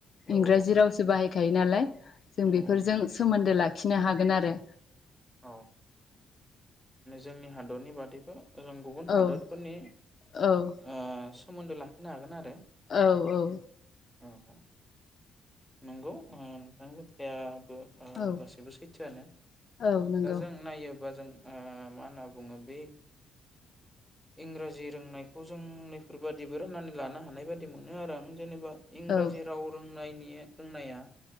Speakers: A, in the centre; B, on the left.
A: औ
B: इंग्राजि
A: औ
B: रावसो बाहाय खायो नालाय जों
A: औ
B: बेफोरजों
A: औ
B: सोमोन्दो ला खिनो हागोन आरो
A: औ जोंनि हादरनि बादैबो जों गुबुन हादरफोरनि
B: औ औ
A: ओ सोमोन्दो लाखिनो हागोन आरो
B: औ औ
A: औ औ नंगौ ओ नोंथांनि बाथ्राया बो
B: औ
A: गासैबो सैथोआनो
B: औ नंगौ
A: दा जों नायोबा जों ओ मा होनना बुङो बे इंराजि रोंनायखौ जों नैफोरबादिबो राननानै लानो हानाय बादि मोनो आरो आं जेनेबा इंराजि
B: औ
A: राव रोङ नायनि रोंनाया